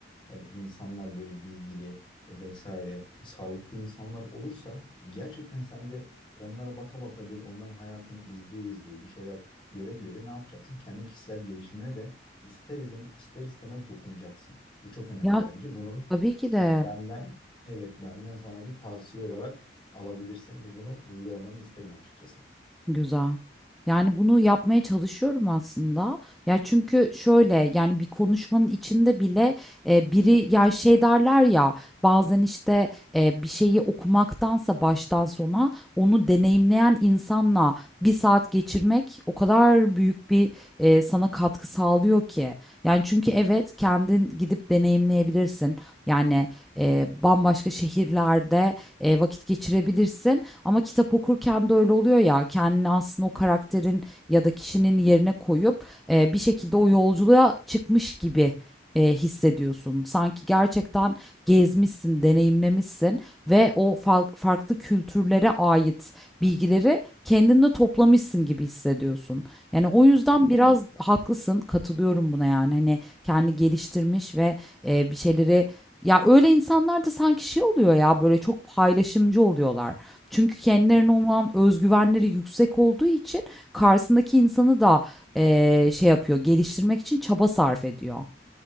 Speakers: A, on the left; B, in the centre.
A: Ee, insanlar böyle bilgili vesaire sağlıklı insanlar olursa e, gerçekten sen de onlara baka baka böyle onların hayatını izleye izleye bir şeyler göre göre ne yapacaksın? Kendi kişisel gelişimine de ister izleme, ister istemez dokunacaksın. Bu çok önemli
B: Ya
A: bence. Bunu
B: tabii ki de.
A: e, Evet. benden evet benden sana bir tavsiye olarak alabilirsin ve bunu uygulamanı isterim açıkçası.
B: Güzel. Yani, bunu yapmaya çalışıyorum aslında. Ya, çünkü şöyle, yani, bir konuşmanın içinde bile, eee, biri ya, şey derler ya, bazen, işte, eee, bir şeyi okumaktansa baştan sona onu deneyimleyen insanla bir saat geçirmek o kadar büyük bir, eee, sana katkı sağlıyor ki. Yani, çünkü evet, kendin gidip deneyimleyebilirsin. Yani, eee, bambaşka şehirlerde, eee, vakit geçirebilirsin ama kitap okurken de öyle oluyor ya kendini aslında o karakterin ya da kişinin yerine koyup e, bir şekilde o yolculuğa çıkmış gibi e, hissediyorsun. Sanki gerçekten gezmişsin, deneyimlemişsin ve o fal- farklı kültürlere ait bilgileri kendinde toplamışsın gibi hissediyorsun. Yani o yüzden
A: Hmm,
B: biraz haklısın, katılıyorum buna yani. Hani kendi geliştirmiş ve e, bir şeyleri ya öyle insanlar da sanki şey oluyor ya böyle çok paylaşımcı oluyorlar. Çünkü kendilerine
A: evet.
B: olan özgüvenleri yüksek olduğu için karşısındaki insanı da eee, şey yapıyor, geliştirmek için çaba sarf ediyor.